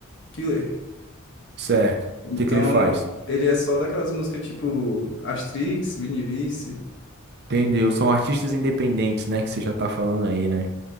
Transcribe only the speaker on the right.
Certo. O
que que ele faz?
Entendeu? São artistas independentes, né? Que você já tá falando aí, né?